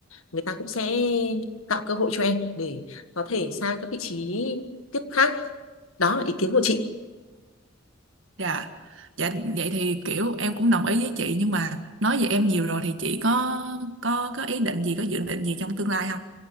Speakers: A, on the left; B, on the right.
A: người ta cũng sẽ tạo cơ hội cho em để có thể sang các vị trí tiếp khác. Đó là ý kiến của chị.
B: Dạ, dạ vậy thì kiểu em cũng đồng ý với chị nhưng mà nói về em nhiều rồi thì chị có có có ý định gì có dự định gì trong tương lai không?